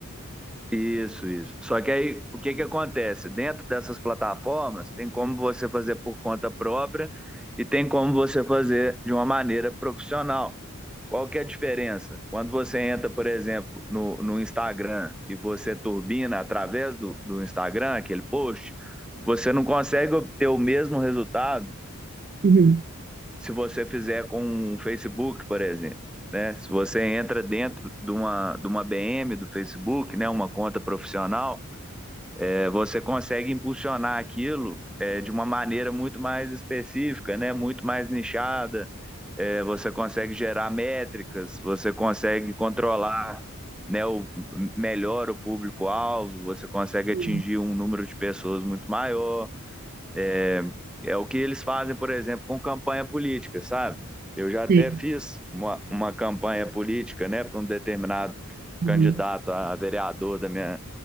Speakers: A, in the centre; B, on the right (about 40°).
A: Isso, isso. Só que aí, o que que acontece? Dentro dessas plataformas, tem como você fazer por conta própria e tem como você fazer de uma maneira profissional. Qual que é a diferença? Quando você entra, por exemplo, no, no Instagram e você turbina através do, do Instagram, aquele post, você não consegue obter o mesmo resultado
B: Uhum.
A: se você fizer com o Facebook, por exemplo, né? Se você entra dentro de uma, de uma BM do Facebook, né? Uma conta profissional, é, você consegue impulsionar aquilo é, de uma maneira muito mais específica, né? Muito mais nichada. É, você consegue gerar métricas, você consegue controlar né, o, melhor o público-alvo, você consegue
B: Sim.
A: atingir um número de pessoas muito maior. É é o que eles fazem, por exemplo, com campanha política, sabe? Eu já até
B: Sim.
A: fiz uma, uma campanha política, né, para um determinado
B: Uhum.
A: candidato a vereador da minha,